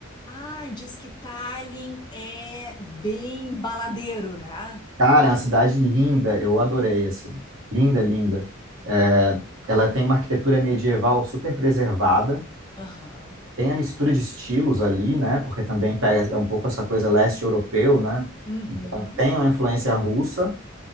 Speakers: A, on the left; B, on the right.
A: Ah, diz que Tallinn é bem baladeiro, né?
B: Cara, é uma cidade linda, eu adorei, assim. Linda, linda.
A: Ah,
B: É,
A: legal.
B: ela tem uma arquitetura medieval super preservada,
A: Aham.
B: tem a mistura de estilos ali, né? Porque também pega, é um pouco essa coisa leste europeu, né?
A: Uhum.
B: Então, tem uma influência russa,